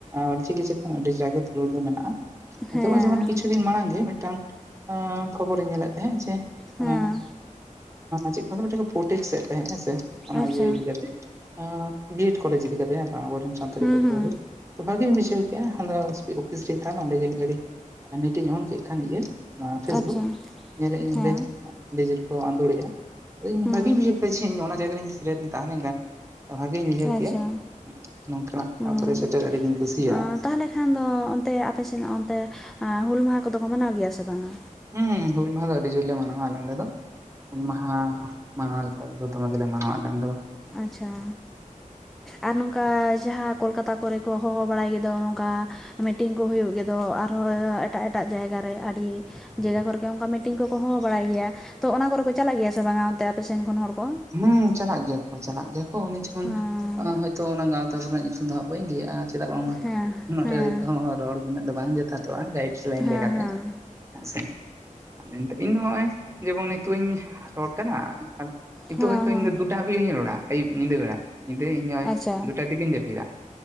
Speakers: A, on the right; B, in the centre.
A: ᱚᱞ ᱪᱤᱠᱤ ᱪᱮᱛᱟᱱ ᱟᱹᱰᱤ ᱡᱟᱜᱚᱛ ᱨᱚᱲ ᱫᱚ ᱢᱮᱱᱟᱜᱼᱟ ᱱᱤᱛᱚᱜ
B: ᱦᱮᱸ
A: ᱡᱮᱢᱚᱱ ᱠᱤᱪᱷᱩ ᱫᱤᱱ ᱢᱟᱲᱟᱝ ᱜᱮ ᱢᱤᱫᱴᱟᱝ ᱟᱸ ᱠᱷᱚᱵᱚᱨᱤᱧ ᱧᱮᱞᱮᱫ ᱛᱟᱦᱮᱸᱜ ᱡᱮ
B: ᱦᱮᱸ
A: ᱚᱱᱟ ᱪᱮᱫ ᱠᱷᱱᱟᱜ ᱫᱚ ᱢᱤᱫᱴᱟᱝ ᱯᱚ ᱴᱮᱠᱥ ᱮᱫ ᱛᱟᱦᱮᱸᱫ ᱦᱮᱸᱥᱮ ᱚᱱᱟ
B: ᱟᱪᱪᱷᱟ
A: ᱤᱭᱟᱹ ᱤᱫᱤᱠᱟ ᱠᱟᱛᱮ ᱵᱤᱭᱮᱰ ᱠᱚᱞᱮᱡᱽ ᱤᱫᱤᱠᱟ ᱠᱟᱛᱮᱜ ᱚᱵᱚᱨᱮᱱ ᱥᱟᱱᱛᱟᱲᱤ
B: ᱦᱩᱸ
A: ᱯᱟᱹᱴᱷᱶᱟᱹ
B: ᱦᱩᱸ
A: ᱜᱮ ᱛᱚ ᱵᱷᱟᱜᱮᱧ ᱵᱩᱡᱷᱟᱹᱣ ᱠᱮᱫᱼᱟ ᱟᱫᱚ ᱚᱯᱷᱤᱥ ᱨᱤᱧ ᱛᱟᱦᱮᱱᱟ ᱚᱸᱰᱮ ᱜᱮ ᱢᱤᱫ ᱜᱷᱟᱹᱲᱤ ᱱᱮᱴᱤᱧ ᱚᱱ ᱠᱮᱫ ᱠᱷᱟᱱ ᱜᱮ ᱚᱱᱟ ᱯᱷᱮᱥᱵᱩᱠ
B: ᱟᱪᱪᱷᱟ
A: ᱧᱮᱞᱮᱫ
B: ᱦᱮᱸ
A: ᱚᱸᱰᱮ ᱟᱰᱤᱡᱚᱨ ᱠᱚ ᱟᱸᱫᱳᱲ ᱮᱫᱟ
B: ᱦᱩᱸ
A: ᱵᱷᱟᱜᱤ ᱵᱩᱡᱷᱟᱹᱣ ᱠᱮᱫᱟ ᱡᱮ ᱤᱧ ᱚᱱᱟ ᱡᱟᱭᱜᱟ ᱨᱮᱧ ᱥᱮᱨᱮᱤᱧ ᱛᱟᱦᱮᱸ ᱞᱮᱱ ᱠᱷᱟᱱ ᱵᱷᱟᱜᱤᱧ ᱵᱩᱡᱷᱟᱹᱣ ᱠᱮᱜᱼᱟ
B: ᱟᱪᱪᱷᱟ
A: ᱱᱚᱝᱠᱟᱱᱟᱜ
B: ᱦᱩᱸ
A: ᱴᱷᱟᱶ ᱠᱚᱨᱮ ᱥᱮᱴᱮᱨᱚᱜ ᱟᱹᱰᱤ ᱜᱤᱧ ᱠᱩᱥᱤᱭᱟᱜᱼᱟ
B: ᱛᱟᱦᱚᱞᱮ ᱠᱷᱟᱱ ᱫᱚ ᱚᱱᱛᱮ ᱟᱯᱮ ᱥᱮᱫ ᱚᱱᱛᱮ ᱦᱩᱞ ᱢᱟᱦᱟ ᱠᱚᱫᱚ ᱠᱚ ᱢᱟᱱᱟᱣ ᱜᱮᱭᱟ ᱥᱮ ᱵᱟᱝᱟ
A: ᱦᱩᱸ ᱦᱩᱞ ᱢᱟᱦᱟ ᱫᱚ ᱟᱸᱰᱤ ᱡᱩᱨᱞᱤ ᱢᱟᱱᱟᱶᱠ ᱟᱞᱮᱱᱚᱰᱮ ᱫᱚ ᱦᱩᱞ ᱢᱟᱦᱟ ᱢᱟᱱᱟᱞᱮᱠᱟ ᱛᱮᱫᱚ ᱫᱚᱢᱮ ᱜᱮᱞᱮ ᱢᱟᱱᱟᱶᱟ ᱟᱞᱮ ᱱᱚᱰᱮ ᱫᱚ
B: ᱟᱪᱪᱷᱟ ᱟᱨ ᱱᱚᱝᱠᱟ ᱡᱟᱦᱟᱸ ᱠᱳᱞᱠᱟᱛᱟ ᱠᱚᱨᱮ ᱠᱚ ᱦᱚᱦᱚ ᱵᱟᱲᱟᱭ ᱜᱮᱫᱚ ᱱᱚᱝᱠᱟ ᱟᱸ ᱢᱤᱴᱤᱝ ᱠᱚ ᱦᱩᱭᱩᱜ ᱜᱮᱫᱚ ᱟᱨᱦᱚᱸ ᱮᱴᱟᱜ ᱮᱴᱟᱜ ᱡᱟᱭᱜᱟ ᱨᱮ ᱟᱹᱰᱤ ᱡᱟᱭᱜᱟ ᱠᱚᱨᱮᱜᱮ ᱚᱱᱠᱟ ᱢᱤᱴᱤᱝ ᱠᱚᱠᱚ ᱦᱚᱦᱚ ᱵᱟᱲᱟᱭ ᱜᱮᱭᱟ ᱛᱚ ᱚᱱᱟ ᱠᱚᱨᱮ ᱠᱚ ᱪᱟᱞᱟᱜ ᱜᱮᱭᱟ ᱥᱮ ᱵᱟᱝᱟ ᱚᱱᱛᱮ ᱟᱯᱮ ᱥᱮᱱ ᱠᱷᱚᱱ ᱦᱚᱲ ᱠᱚ
A: ᱦᱩᱸ ᱪᱟᱞᱟᱜ ᱜᱮᱭᱟ ᱠᱚ ᱪᱟᱞᱟᱜ ᱜᱮᱭᱟ ᱠᱚ ᱚᱱᱮ ᱡᱮᱢᱚᱱ
B: ᱦᱮᱸ
A: ᱦᱚᱳᱭᱛᱚ ᱚᱱᱟ ᱜᱟᱶᱛᱟ ᱚᱛᱱᱟᱜ ᱧᱩᱛᱩᱢ ᱫᱚ ᱦᱟᱸᱜ ᱵᱟᱹᱧ ᱞᱟᱹᱭᱮᱟᱜᱼᱟ ᱪᱮᱫᱟᱜ ᱵᱟᱝᱢᱟ
B: ᱦᱮᱸ
A: ᱱᱚᱸᱰᱮ
B: ᱦᱮᱸ
A: ᱫᱚ ᱱᱤᱛᱚᱜ ᱨᱚᱲ ᱩᱱᱟᱹᱜ ᱫᱚ ᱵᱟᱝ ᱡᱚᱛᱷᱟᱛᱚᱜᱼᱟ ᱜᱟᱭᱤᱰ ᱞᱟᱭᱤᱱ
B: ᱦᱮᱸ
A: ᱞᱮᱠᱟᱛᱮ
B: ᱦᱮᱸ
A: ᱦᱮᱸ ᱥᱮ ᱢᱮᱱ ᱤᱧ ᱫᱚ ᱱᱚᱜᱼᱚᱭ ᱡᱮᱢᱚᱱ ᱱᱤᱛᱚᱜ ᱤᱧ ᱨᱚᱲ ᱠᱟᱱᱟ ᱟᱨ ᱱᱤᱛᱚᱜ
B: ᱦᱮᱸ
A: ᱦᱚᱭᱛᱳ
B: ᱦᱮᱸ
A: ᱤᱧ ᱫᱚ ᱫᱩᱲᱩᱵ ᱫᱟᱴᱟ ᱦᱟᱵᱤᱡ ᱤᱧᱨᱚᱲ ᱟ ᱟᱭᱩᱵ ᱧᱤᱫᱠ ᱵᱮᱨᱟ ᱧᱤᱫᱟᱹ ᱤᱧ ᱱᱚᱜᱚᱭ
B: ᱟᱪᱪᱷᱟ
A: ᱫᱩᱴᱟ ᱛᱤᱜᱮᱧ ᱡᱟᱹᱯᱤᱫᱟ